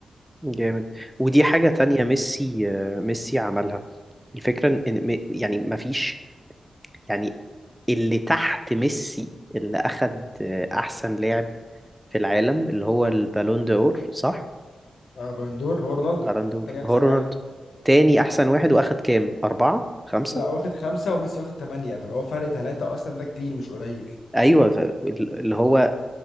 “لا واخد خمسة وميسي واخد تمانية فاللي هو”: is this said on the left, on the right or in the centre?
Left